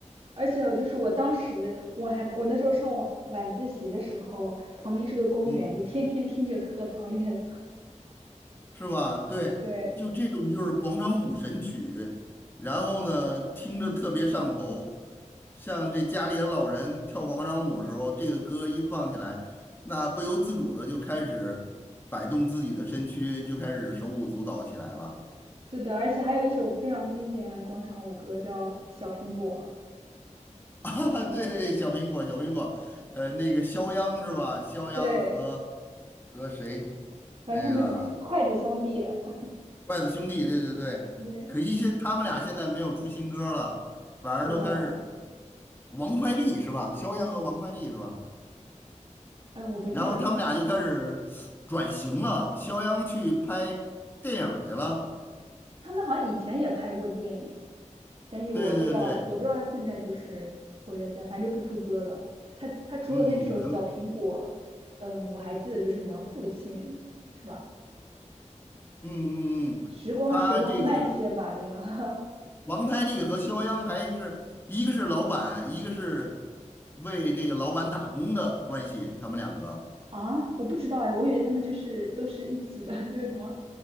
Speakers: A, on the right (about 50°); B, on the left (about 15°).
A: 而且就是我当时，我还我那时候上晚晚自习的时候，旁边是个公园，
B: 嗯，
A: 就天天听着荷塘月色。<laughs>
B: 是吧？对，
A: 对，
B: 就这种就是广场舞神曲，然后呢，听着特别上头，像这家里的老人跳广场舞的时候，这个歌一放起来，那不由自主的就开始摆动自己的身躯，就开始手舞足蹈起来了。
A: 是的，而且还有一首非常经典的广场舞歌叫《小苹果》。
B: <laughs> 啊，对对，小苹果，小苹果，呃，那个肖央是吧？肖央和
A: 对，
B: 和谁？
A: 反正他们筷子兄弟。
B: 哎呀，
A: <laughs>
B: 筷子兄弟，对对对。
A: 对，
B: 可惜现他们俩现在没有出新歌了，反而都开始
A: 是的，
B: 王快利是吧？肖央和王快利是吧？
A: 哎，我不记得了，
B: 然后他们俩就开始转型了，肖央去拍电影儿去了。
A: 他们好像以前也拍过电影，但是我不知道，
B: 对对对，
A: 我不知道他现在就是活跃在，反正不出歌了。他他除了那首《小苹果》，
B: 嗯，很，
A: 嗯，我还记得就是什么《父亲》，是吧？
B: 嗯嗯嗯，
A: 时光时光慢些吧，
B: 他这个
A: 这个 <laughs>
B: 王太利和肖央还是一个是老板，一个是为这个老板打工的关系，他们两个，
A: 啊，我不知道哎，我以为他们就是都是一起的，<laughs> 就是什么，